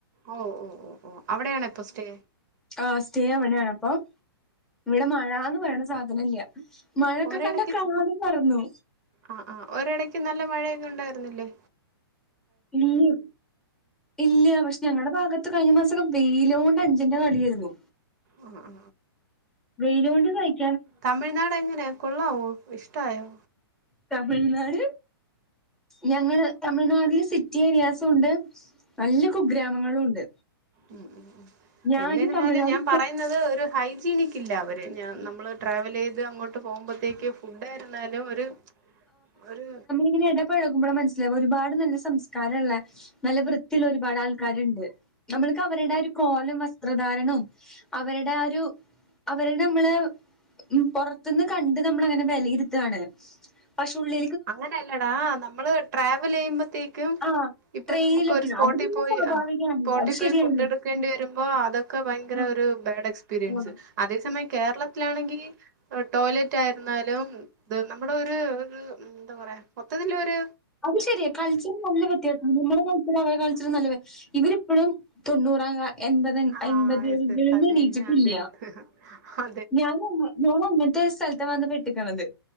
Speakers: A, on the right; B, in the centre.
A: ഓ ഓ ഓ ഓ അവിടെയാണോ ഇപ്പോ സ്റ്റേ
B: ആ സ്റ്റേ ആവണാണ് അപ്പൊ ഇവിടെ മഴന്ന് പറയണ സാധനല്ല മഴൊക്കെ
A: ഒരിടക്ക്
B: കണ്ട കാലം മറന്നു
A: ആ ആ ഒരിടയ്ക്ക് നല്ല മഴയൊക്കെ ഉണ്ടായിരുനില്ലേ
B: <unintelligible> ഇല്ല പക്ഷെ ഞങ്ങളുടെ ഭാഗത്ത് കഴിഞ്ഞ മാസമൊക്കെ വെയില കൊണ്ട് അഞ്ചെന്റെ കളിയായിരുന്നു
A: ഉഹ ഉ
B: <unintelligible>
A: തമിഴ്നാട് എങ്ങനെയ കൊള്ളാവോ ഇഷ്ടായോ
B: തമിഴ്നാട് ഞങ്ങള് തമിഴ്നാട്ടില് സിറ്റി അറിയാത്തോണ്ട് നല്ല കു ഗ്രാമങ്ങളും ഉണ്ട്
A: ഉ ഉ ഉ
B: ഞാന്
A: എന്നിരുന്നാലും
B: തമിഴ്നാട്
A: ഞാൻ പറയുന്നത് ഒരു ഹൈജീനിക്ക ഇല്ല അവർ ഞാൻ നമ്മൾ ട്രാവൽ ചെയ്ത് അങ്ങോട്ട് പോകുമ്പോൾ ത്തേക്ക് ഫുഡായിരുന്നാലും ഒരു ഒരു
B: ഇങ്ങനെ ഇടപഴകുമ്പോൾ മനസ്സിലാവ ഒരുപാട് നല്ല സംസ്കാരമള്ള നല്ല വൃത്തിൽ ഒരുപാട് ആൾക്കാരുണ്ട് നമ്മൾക്ക് അവരുടെ ഒരു കോലും വസ്ത്രധാരണവും അവരുടെ ആ ഒരു അവരുടെ നമ്മള് ഉം പൊറത്തുന്ന് കണ്ട് നമ്മൾ അങ്ങനെ വിലയിരുത്തുകയാണ് പക്ഷേ ഉള്ളി
A: അങ്ങനെ അല്ലടാ നമ്മള് ട്രാവൽ ചെയ്യുമ്പോത്തേക്കും
B: ആഹ്
A: ഇപ്പൾ
B: ട്രെയിനിലൊക്കെ
A: നമുക്ക് ഒരു സ്പോട്ടിൽ
B: അത് പിന്നെ
A: പോയി
B: സ്വാഭാവികാണ്
A: ആ സ്പോട്ടിൽ
B: അത്
A: പോയി
B: ശരിയാണ്.
A: ഫുഡ് എടുക്കേണ്ടി വരുമ്പോൾ അതൊക്കെ ഭയങ്കര
B: ആഹ്
A: ഒരു ബാഡ് എക്സ്പീരിയൻസ്
B: ആഹ്
A: അതേ സമയം കേരളത്തിലാണെങ്കിൽ ടോയ്ലറ്റ് ആയിരുന്നാലും ഇത് നമ്മുടെ ഒരു എന്താ പറയാ മൊത്തത്തിൽ ഒരു
B: അത് ശരിയ കൾച്ചർ നല്ല വ്യത്യാസ <unintelligible> അവ കാളിച്ച നല്ലവ ഇവരിപ്പോഴും തൊണ്ൂറാം എൺപത്
A: ആഹ്
B: എൺപത്
A: യെസ്
B: ഏജ്കളിൽ
A: യെസ് അതന്നെ
B: എണിയിച്ചിട്ടില്ല
A: <unintelligible>
B: ഞൻ ഞാൻ അങ്ങത്തെ ഒരു സ്ഥലത്ത് വന്ന് പെട്ടിട്ടുള്ളത്